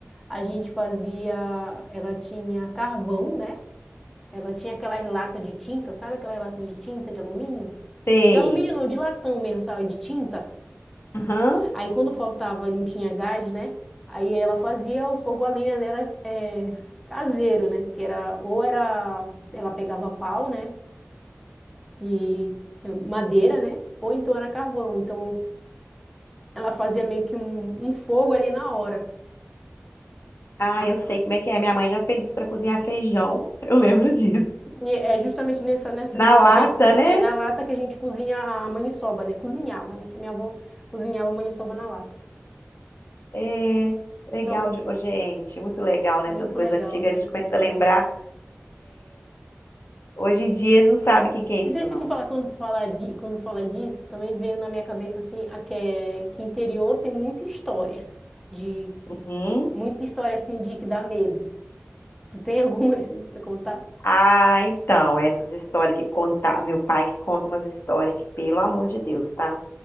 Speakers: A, in the centre; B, on the left (about 55°).
A: A gente fazia, ela tinha carvão, né? Ela tinha aquelas latas de tinta, sabe aquelas latas de tinta de alumínio?
B: Sei.
A: De alumínio não, de latão mesmo, sabe? De tinta.
B: Aham.
A: Aí quando faltava e não tinha gás, né? Aí ela fazia o fogo a lenha dela é, caseiro, né? Que era ou era ela pegava pau, né? e é, madeira, né? Ou então era carvão. Então ela fazia meio que um, um fogo ali na hora.
B: Ah,
A: Ah,
B: eu sei como é que é. Minha mãe já fez isso para cozinhar feijão. <laughs> Eu lembro disso.
A: e é justamente nessa, nessa,
B: Na
A: nesse
B: lata,
A: jeito,
B: né?
A: é na lata que a gente cozinha a maniçoba, né? Cozinhava, né? Que a minha avó cozinhava a maniçoba na lata.
B: É legal
A: Então,
B: de... Ô, gente, muito legal, né?
A: muito
B: Essas coisas
A: legal,
B: antigas.
A: né?
B: A gente
A: essa
B: começa
A: coisa
B: a lembrar.
A: de-
B: Hoje em dia eles não sabem o que que é
A: E
B: isso,
A: deixa
B: não.
A: eu te falar, quando tu fala, di, quando fala disso, também veio na minha cabeça, assim, a que, é- que interior tem muita história. De,
B: Uhum.
A: muita história, assim, de que dá medo. Tu tem alguma, assim, pra contar?
B: Ah, então, essas histórias que conta. Meu pai que conta umas histórias que, pelo amor de Deus, tá?